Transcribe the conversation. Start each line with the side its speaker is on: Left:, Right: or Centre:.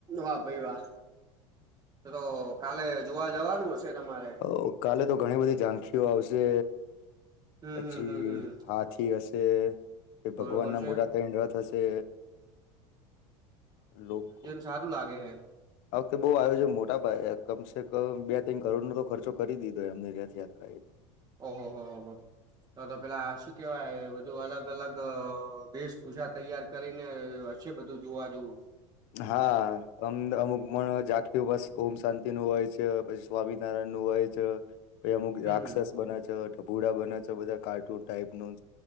Right: વા ભાઈ વાહ, તો તો કાલે જોવા જવાનું હશે તમારે?
Left: તો કાલે તો ઘણી બધી ઝાંખીઓ આવશે,
Right: હમ
Left: પછી
Right: હમ હમ હમ
Left: હાથી હશે. તે એ ભગવાન
Right: બરોબર
Left: ના
Right: છે
Left: મોરા તઈન રથ હશે. લોક
Right: ચાલું લાગે હૈ.
Left: આ વખતે બહુ આયોજન મોટા પાયે કમસે કમ બે ત્રણ કરોડ નો તો ખર્ચો કરી દીધો એમને રથયા
Right: ઓહો હો હો
Left: <unintelligible>
Right: તો તો પેલા શું કેવાય બધું અલગ અલગ વેશભૂજા તૈયાર કરીને છે બધું જોવા જવું.
Left: હા અમ અમુક માં જાગ બસ ઓમ શાંતિ નું હોય છે, પછી સ્વામિનારાયણ નું હોય છે પછી અમુક
Right: હમ
Left: રાક્ષસ
Right: હમ
Left: બને છ <inaudible> બુડા બને છે બધા કાર્ટૂન ટાઈપ નું.